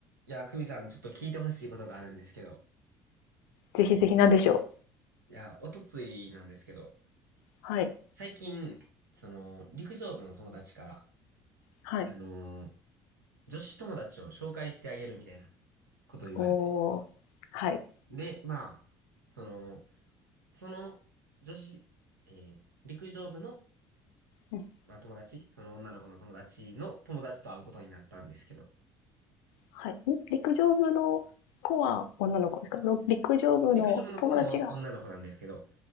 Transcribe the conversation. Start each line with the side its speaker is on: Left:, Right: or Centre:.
Right: いや、久美さん、ちょっと聞いてほしいことがあるんですけど。
Left: ぜひぜひ、なんでしょう。
Right: いや、おとついなんですけど、
Left: はい、
Right: 最近、その、陸上部の友達から、
Left: はい。
Right: あのー女子友達を紹介してあげるみたいなことを言われて。
Left: おー、はい。
Right: で、まあ、その、その、女子、えー陸上部の、
Left: うん、
Right: まあ、友達、その女の子の友達の友達と会うことになったんですけど、
Left: はい。ん陸上部の子は女の子ですかろ陸上部の友達が、
Right: 陸上部の子も女の子なんですけど、